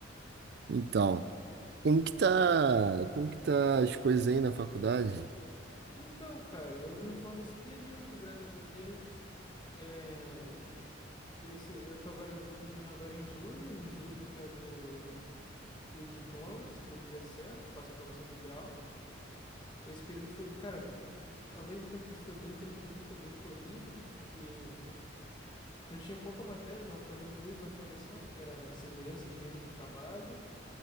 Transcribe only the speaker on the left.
Então, cara, eu me formo esse período, graças a Deus. É, esse, eu tô agora, vou terminar agora em julho. Em julho eu pego o, o diploma, se tudo der certo, faço a colação de grau. Esse período foi, cara, ao mesmo tempo que foi bem tranquilo, foi bem corrido, porque eu tinha pouca matéria, eu tava fazendo duas matérias só, que era segurança e higiene do trabalho.